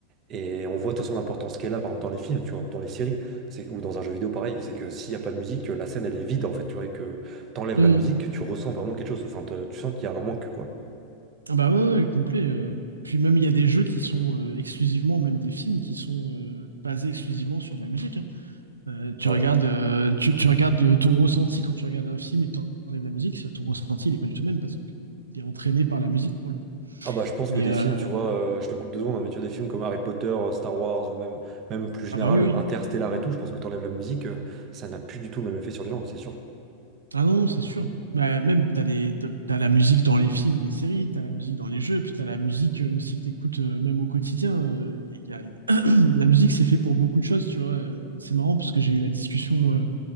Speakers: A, on the right; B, on the right.
A: et on voit de toute façon l'importance qu'elle a, par exemple, dans les films, tu vois, ou dans les séries, c'est, ou dans un jeu vidéo pareil. C'est que s'il y a pas de musique, la scène, elle est vide, en fait, tu vois, et que t'enlèves
B: mm.
A: la musique, tu ressens vraiment quelque chose. Enfin, te- tu sens qu'il y a un manque, quoi.
B: Ah bah ouais, ouais, complet. euh. Puis même, il y a des jeux qui sont euh, exclusivement, même des films qui sont euh, basés exclusivement sur de la musique. hein. Euh, tu
A: Ouais.
B: regardes, euh, tu, tu regardes le- ton ressenti quand tu regardes un film et t'enlèves la musique, ton ressenti, il n'est pas du tout le même parce qu'il est entraîné par la musique pour le coup.
A: Ah bah je pense
B: Mais
A: que des
B: euh,
A: films, tu vois, euh, je te coupe deux secondes, hein, mais tu vois des films comme Harry Potter, euh, Star Wars ou même, même plus général
B: ah bah oui, oui.
A: euh, Interstellar et tout, je pense que t'enlèves la musique, euh, ça n'a plus du tout le même effet sur les gens, c'est sûr.
B: Ah non, non, c'est sûr. Bah, même, t'as des, t'as t'as la musique dans les films, les séries, t'as la musique dans les jeux, puis t'as la musique euh, aussi que t'écoutes euh, même au quotidien. Euh, y a- y a- <clears throat> la musique, c'est fait pour beaucoup de choses, tu vois. Euh, C'est marrant parce que j'ai eu la discussion. euh,